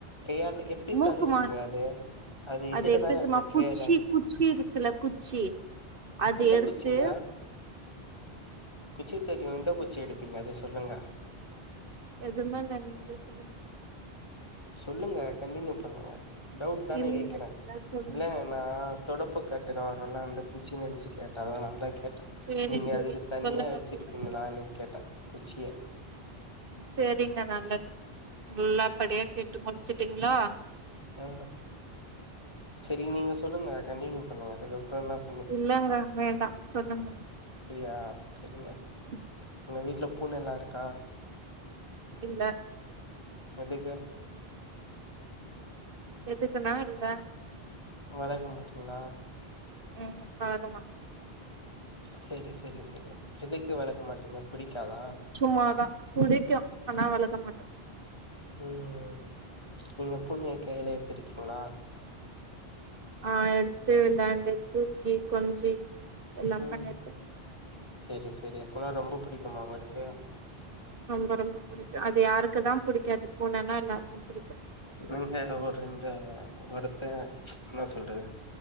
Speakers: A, on the left (about 25°); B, on the right (about 60°).
A: கையால எப்டி
B: மூக்குமா
A: தள்ளுவீங்க அது
B: அது
A: இதுல
B: எப்டித்தெர்மா
A: தான இருக்கு ட்ரேல
B: குச்சி குச்சி இருக்குல்ல குச்சி அதெ
A: எந்த
B: எடுத்து
A: குச்சிங்க குச்சி தெரியூ எந்த குச்சி எடுப்பீங்க அத சொல்லுங்க
B: எதுவுமே இல்ல நீங்களோ சொல்லுங்க
A: சொல்லுங்க கண்டியூ பண்ணுங்க டவுட் தானே
B: இல்லங்க
A: கேக்குறே
B: நீங்களே சொல்லுங்க
A: இல்ல நா தொடப்பக்கட்டயில வரும்ல அந்த குச்சின் நெனைச்சு கேட்டே அதானால தா கேட்டே
B: சேரி
A: நீங்க
B: சேரிங்க
A: அதுக்கு தனியா
B: சொல்லுங்க
A: வச்சிருப்பீங்களான்னு
B: சொல்லுங்க
A: கேட்டே குச்சிய
B: செரிங்க நல்லத் நல்லா படியா கேட்டு முட்ச்சுட்டீங்களா
A: ஆ செரி நீங்க சொல்லுங்க கண்டினியூ பண்ணுங்க அதுக்கப்பறோ என்னாப்
B: இல்லங்க வேண்டா சொல்லுங்க
A: அப்டியா செரிங்க
B: ம்
A: உங்க வீட்ல பூனெல்லா இருக்கா
B: இல்ல
A: எதுக்கு
B: எதுக்குன்னா இல்ல
A: வளக்க மாட்டீங்களா
B: ம் ஹூம் வளக்க மாட்டோ
A: செரி செரி செரிங் எதுக்கு வெளக்க மாட்டீங்க புடிக்காதா
B: சும்மாதா புடிக்கூ ஆனா வளர்க்க மாட்டோ
A: ம் நீங்க பூனய கையில எத்துருக்கீங்களா
B: ஆ எட்த்து விளாண்டுட்டு தூக்கி கொஞ்சி எல்லா
A: ம்
B: பண்ணிருக்கே
A: செரி செரி குனா ரொம்ப புடிக்குமா உங்களுக்கு
B: ரொம்ப ரொம்ப புடிக்கூ அது யாருக்கு தா புடிக்காது பூனென்னா எல்லாருக்கூ புடிக்கூ
A: நாங்க ஒரு இந்த ஒருத்தெ ன்னா சொல்றது